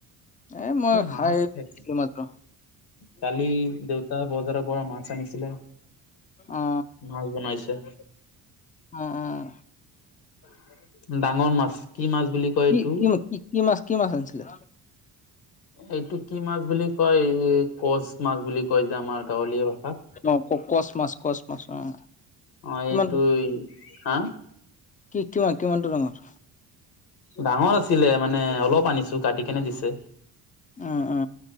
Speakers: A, on the left; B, on the left.
A: এ মই খাই
B: মাছ খাইছো
A: এইমাত্ৰ
B: কালি দেউতা বজাৰৰ পৰা মাছ আনিছিলে
A: অ
B: মাছ বনাইছে
A: অ অ
B: <inaudible> ডাঙৰ মাছ কি মাছ বুলি কয়
A: কি
B: এইটো
A: কি কি কি মাছ কি মাছ আনিছিলে
B: এইটো কি মাছ বুলি কয় এই কছ মাছ বুলি কয় যে আমাৰ গাঁৱলীয়া ভাষাত
A: অ কচ মাছ কচ মাছ অ
B: অ
A: কিমান
B: এইটো হা
A: কি কিমান কিমানটো ডাঙৰ
B: ডাঙৰ আছিলে মানে অলপ আনিছো কাটি কেনে দিছে
A: অ অ